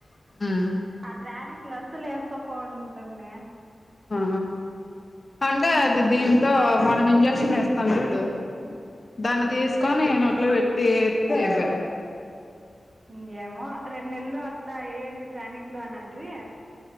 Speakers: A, on the left; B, on the right.
A: ఉమ్
B: ఆ ట్రానిక్ క్లస్స్ లేస్కో కొంటేనే
A: ఆ అంటే అది దీంతో మనం ఇంజెక్షన్ ఏస్తాం సల్ ఫిడు దాన్ దిసుకొని నోట్లో వేట్టిఏతే ఐపై
B: ఇంగ్ ఏమో రెండ్ నెల్లు అట్లా ఏయండి ట్రానిక్లు అనండ్రి